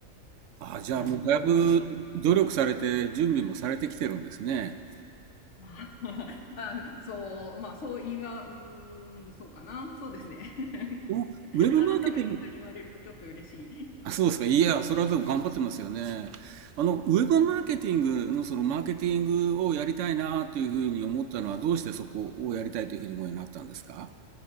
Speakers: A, on the right; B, on the left.
A: ああ、じゃあもうだいぶ努力されて、
B: なんかまた方向性。うん
A: 準備もされてきてるんですね。
B: まあ、まあ、そう、まあ、そう言いは、うーん、そうかな。そうですね。<laughs>
A: お、ウェブマーケティング、
B: 改めて人に言われるとちょっと嬉しい。
A: あ、そうですか。いや、それはでも頑張ってますよね。あの、ウェブマーケティングのそのマーケティングをやりたいなというふうに思ったのは、どうしてそこをやりたいというふうに思うようになったんですか